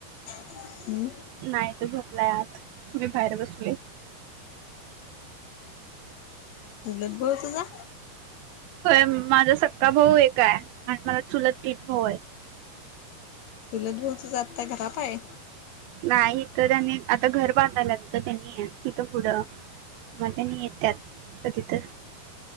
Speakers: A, on the left (about 60°); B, on the right (about 75°).
A: हम्म
B: नाही तो झोपलाय आज आज मी बाहेर बसलोय
A: चुलत भाऊ तुझा
B: होय माझा सख्खा भाऊ एक आहे आणि मला चुलत तीन भाऊ आहे
A: चुलत भाऊ आता घरात आहे
B: नाही इथ त्यांनी आता घर बांधायला लागेलत त्यांनी तिथं पुढं मग त्यांनी येतयात कधी तर